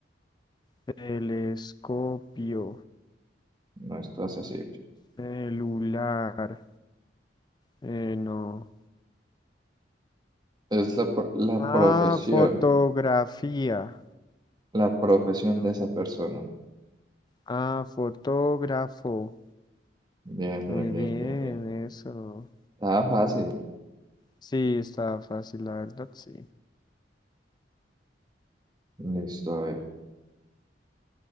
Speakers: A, on the left; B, on the right.
A: Telescopio,
B: no es hace así.
A: celular. Eh, no.
B: Es la, pro- la profesión.
A: Ah, fotografía.
B: La profesión
A: No.
B: de esa persona.
A: Ah, fotógrafo.
B: Bien, bien,
A: Muy
B: bien,
A: bien,
B: bien, bien.
A: eso.
B: Está fácil.
A: Sí, está fácil, la verdad, sí.
B: Listo, a ver.